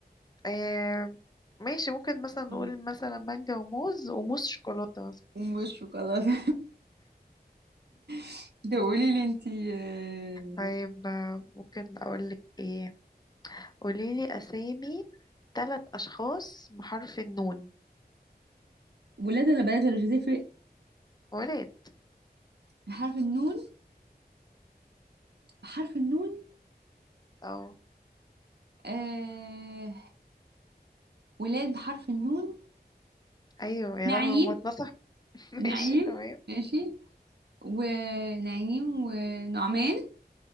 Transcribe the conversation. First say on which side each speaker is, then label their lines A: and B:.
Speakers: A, on the left; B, on the right.
A: آه ماشي ممكن مثلا نقول
B: مم.
A: مثلا مانجا وموز وموز شوكولاتة مثلا
B: ومش شوكولاتة <laughs> ده قولي لي انت آه...
A: طيب آه، ممكن أقولك ايه قوليلي أسامي تلات أشخاص بحرف النون
B: ولاد ولا بنات ولا مش هتفرق
A: ولاد
B: بحرف النون بحرف النون
A: اه
B: آه... ولاد بحرف النون
A: أيوه يا
B: نعيم
A: لهوي ما اتنصح <laughs>
B: نعيم
A: ماشي تمام
B: ماشي ونعيم ونعمان